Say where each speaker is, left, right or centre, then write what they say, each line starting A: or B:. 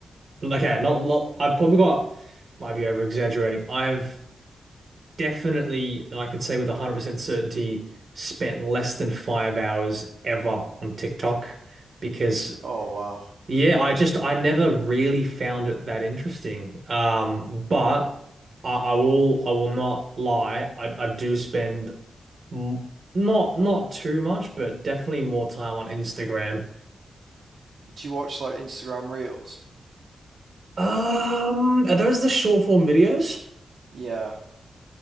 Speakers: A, on the right; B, on the right.
A: Okay, not lot I've probably got might be over exaggerating. I've definitely, and I can say with 100% certainty, spent less than five hours ever on TikTok because,
B: Oh, wow.
A: yeah, I just, I never really found it that interesting. Um, but I, I will, I will not lie. I, I do spend m not, not too much, but definitely more time on Instagram.
B: Do you watch like Instagram Reels?
A: Um, are those the short form videos?
B: Yeah,